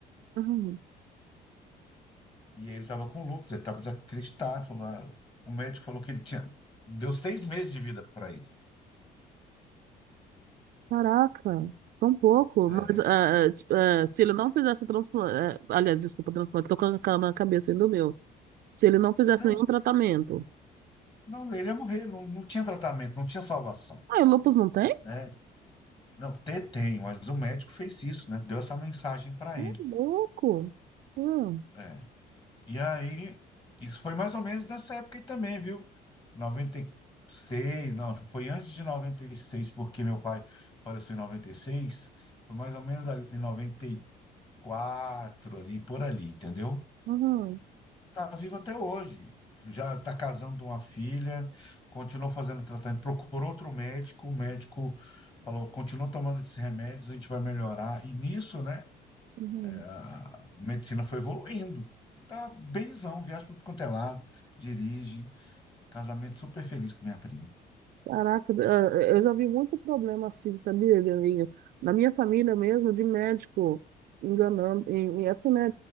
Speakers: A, on the right; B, on the left.
A: hum.
B: E aí ele estava com lúpus, ele estava desacreditado. falou, ah, O médico falou que ele tinha. Deu seis meses de vida para ele.
A: Caraca, tão pouco.
B: É.
A: Mas ah, tipo, ah, se ele não fizesse o transplante. eh, aliás, desculpa, transplante, tô com a cara na cabeça ainda do meu. Se ele não fizesse
B: Não,
A: nenhum tratamento.
B: não, ele ia morrer, não, não tinha tratamento, não tinha salvação,
A: Ah, e o lúpus não tem?
B: né? Não, ter tem, mas o médico fez isso, né? Deu essa mensagem para
A: Ô,
B: ele.
A: louco. Hum,
B: É. E aí, isso foi mais ou menos nessa época aí também, viu? noventa e seis não, foi antes de noventa e seis porque meu pai faleceu em noventa e seis foi mais ou menos ali em noventa e quatro ali, por ali, entendeu?
A: uhum,
B: Está vivo até hoje. Já está casando uma filha, continuou fazendo tratamento, procurou outro médico, o médico falou, continua tomando esses remédios, a gente vai melhorar. E nisso, né,
A: uhum.
B: a medicina foi evoluindo. Está benzão, viaja para tudo quanto é lado, dirige, casamento super feliz com minha prima.
A: Caraca, eh, eu já vi muito problema assim, sabia? E- e Na minha família mesmo, de médico enganando, e, e assim, né,